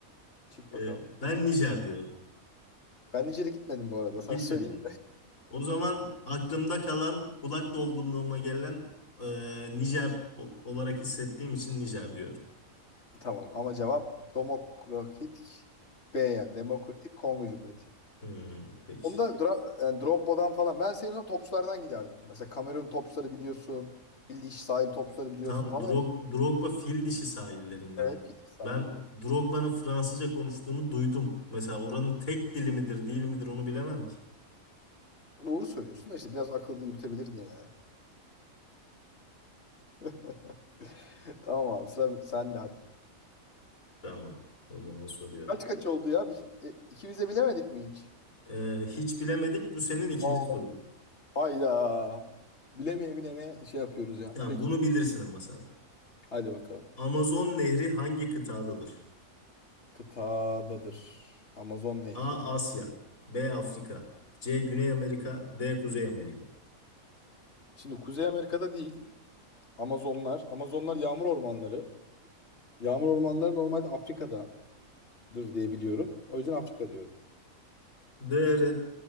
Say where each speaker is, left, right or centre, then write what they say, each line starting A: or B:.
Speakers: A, on the left (about 50°); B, on the left (about 75°).
A: Çık bakalım.
B: Ee, ben Nijer diyorum.
A: Ben Nijer'e gitmedim bu arada. Sana
B: Gitmedin
A: söyleyeyim
B: mi? O zaman aklımda kalan kulak dolgunluğuma gelen e, Nijer o- olarak hissettiğim için Nijer diyor.
A: de. Tamam ama cevap Demokratik B yani Demokratik Kongo Cumhuriyeti.
B: Hmm, peki.
A: Onda dra- yani Drogba'dan falan. Ben senin olsam topçulardan giderdim. Mesela Kamerun topçuları biliyorsun. Fil Dişi Sahili topçuları biliyorsun
B: Tam
A: falan.
B: Drog Drogba fil dişi sahillerinden.
A: Evet, Fil Dişi Sahili.
B: Ben Drogba'nın Fransızca konuştuğunu duydum. Mesela oranın tek dili midir değil midir onu bilemem ki.
A: Doğru söylüyorsun da işte biraz akıllı yürütebilirdin yani. <laughs> Tamam abi sıra sen de hadi.
B: Tamam. O zaman soruyorum.
A: Kaç kaç oldu ya? Bir, e, ikimiz de bilemedik mi hiç?
B: Ee, hiç bilemedik. Bu senin ikinci
A: Oo.
B: sorun.
A: Hayda. Bilemeye bilemeye şey yapıyoruz ya.
B: Tamam,
A: Peki.
B: bunu bilirsin ama sen.
A: Hadi bakalım.
B: Amazon Nehri hangi kıtadadır?
A: Kıtadadır. Amazon Nehri.
B: A. Asya B. Afrika C. Güney Amerika D. Kuzey Amerika
A: Şimdi Kuzey Amerika'da değil. Amazonlar. Amazonlar yağmur ormanları. Yağmur ormanları normalde Afrika'dadır diye biliyorum. O yüzden Afrika diyorum.
B: D. Evet,